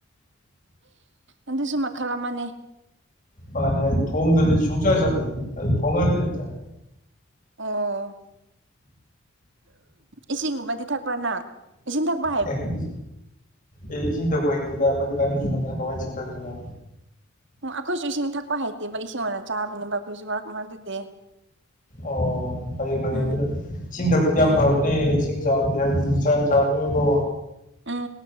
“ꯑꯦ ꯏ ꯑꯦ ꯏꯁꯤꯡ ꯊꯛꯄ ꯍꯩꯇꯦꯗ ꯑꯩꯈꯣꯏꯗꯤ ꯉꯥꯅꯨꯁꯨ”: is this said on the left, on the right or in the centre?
Left